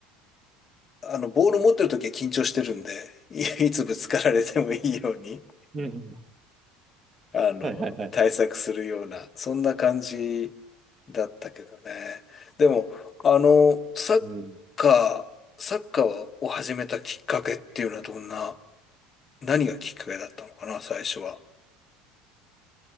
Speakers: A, on the left; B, on the right.
A: あの、ボール持ってる時は緊張してるんで、<laughs> いいつぶつかられてもいいように。
B: うんうん。
A: あの、
B: はいはいはい。
A: 対策するような、そんな感じだったけどね。でも、あの、サッカー、
B: うん、
A: サッカーを始めたきっかけっていうのはどんな、何がきっかけだったのかな、最初は。